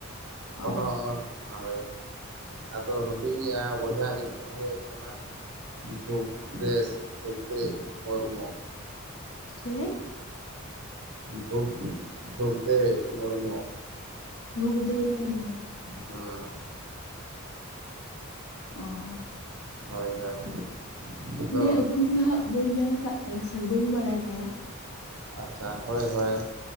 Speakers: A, on the right; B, on the left.
A: ᱠᱚᱱᱳ
B: ᱚ
A: ᱦᱳᱭ ᱟᱫᱚ ᱦᱩᱰᱤᱧᱤᱜᱼᱟ ᱵᱚᱭᱦᱟᱜ ᱧᱩᱛᱩᱢ ᱦᱳᱭᱳᱜ ᱠᱟᱱᱟ ᱵᱷᱩᱯᱫᱮᱥ ᱫᱷᱩᱜᱽᱫᱮᱵ ᱢᱩᱨᱢᱩ᱾
B: ᱪᱮᱞᱮ?
A: ᱵᱷᱩᱯ ᱵᱷᱩᱜᱽᱫᱮᱵᱽ ᱢᱩᱨᱢᱩ᱾
B: ᱵᱷᱩᱜᱽᱫᱮ ᱢᱩᱨᱢᱩ᱾
A: ᱦᱩᱸ
B: ᱟᱻᱻ
A: ᱦᱳᱭ ᱦᱳᱭ ᱟᱫᱚ
B: ᱩᱱᱤᱭᱟᱜ ᱩᱯᱨᱩᱢ ᱫᱚ ᱦᱟᱸᱜ ᱵᱟᱹᱧ ᱧᱟᱢ ᱟᱠᱟᱫ ᱛᱟᱭᱟ ᱥᱮ ᱵᱟᱹᱧ ᱵᱟᱲᱟᱭ ᱛᱟᱭᱟ᱾
A: ᱟᱪᱪᱷᱟ ᱦᱳᱭ ᱦᱳᱭ᱾